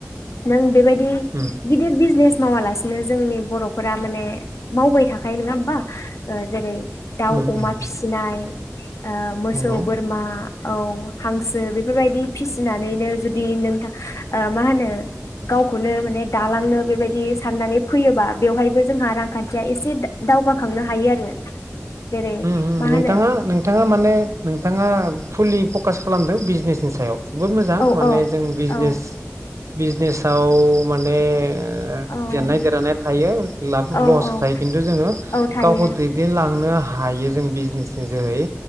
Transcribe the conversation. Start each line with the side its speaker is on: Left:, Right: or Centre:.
Left: नों बेबाय दि
Right: उम
Left: गिदिर बिजनेस मावालासिनो जोंनि बर'फोरा माने मावबाय थाखायो नङा होमबा ओ जेरै दाउ
Right: उम
Left: अमा
Right: उम
Left: फिसिनाय ओ मोसौ
Right: नंगौ
Left: बोरमा औ हांसो बेफोरबायदि फिसिनानैनो जुदि नोंथां ओ मा होनो गावखौनो माने दालांनो बेबायदि साननानै फैयोबा बेवहायबो जोंहा रांखान्थिया एसे दा-दावगाखांनो हायो आरो। जेरै
Right: उम हो
Left: मा
Right: हो नोंथाङा
Left: होनो
Right: नोंथाङा माने नोंथाङा फुलि फकास खालामदों बिजनेसनि सायाव। जोबोद मोजां
Left: औ
Right: माने
Left: औ
Right: जों बिजनेस
Left: औ
Right: बिजनेसाव माने ओ
Left: औ
Right: जेननाय देरहानाय थायो लाफ
Left: औ
Right: लस
Left: औ
Right: थायो खिन्थु जोङो
Left: औ थायो
Right: गावखौ दैदेनलांनो हा हायो जों बिजनेस नि जोहै